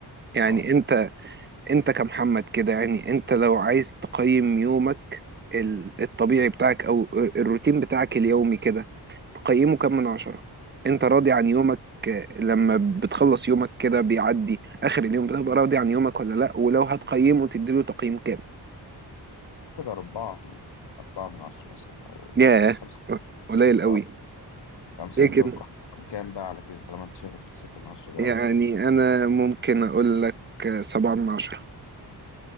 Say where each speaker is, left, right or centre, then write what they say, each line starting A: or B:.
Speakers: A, on the right (about 25°); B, on the left (about 85°).
A: يعني
B: أه
A: انت انت كمحمد كده يعني انت لو عايز تقيم يومك ال- الطبيعي بتاعك او الروتين بتاعك اليومي كده تقيمه كام من عشرة انت راضي عن يومك آه، لما بتخلص يومك كده بيعدي اخر اليوم بتبقى راضي عن يومك ولا لا ولو هتقيمه تديله تقييم كام
B: كده أربعة من أربعة من عشرة مثلا أو
A: ياه
B: أو خمسة
A: قليل قوي
B: أه خمسة
A: ليه كده
B: أنت بتقعد كام بقى على كده طالما أنت شايف الستة من عشرة ده
A: يعني
B: أو خمسة
A: انا ممكن اقول لك آه، سبعة من عشرة